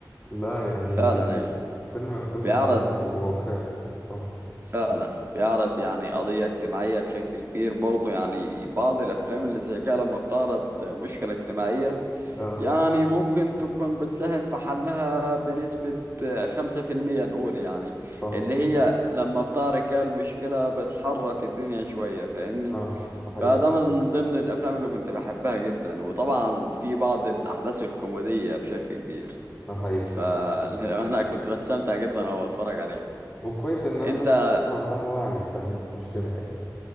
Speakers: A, in the centre; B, on the right.
A: لا يعني
B: فعلا أيوه
A: فيلم فيلم
B: بيعرض
A: جميل وواقعي صح
B: فعلا بيعرض يعني قضية اجتماعية بشكل كبير برضه يعني بعض الأفلام اللي زي كده لما بتعرض مشكلة اجتماعية
A: اه
B: يعني ممكن تكون بتساهم في حلها بنسبة خمسة في المية نقول يعني
A: صح
B: اللي هي لما بتعرف كده المشكلة بتحرك الدنيا شوية فاهمني
A: اه ده حقيقي
B: فده من ضمن الأفلام اللي كنت بحبها جدا وطبعا في بعض الأحداث الكوميدية بشكل كبير
A: ده حقيقي
B: فأنا <laughs> كنت بستمتع جدا وأنا بتفرج عليه
A: وكويس ان الناس
B: أنت
A: يكون عندها وعي فاهم المشكلة يعني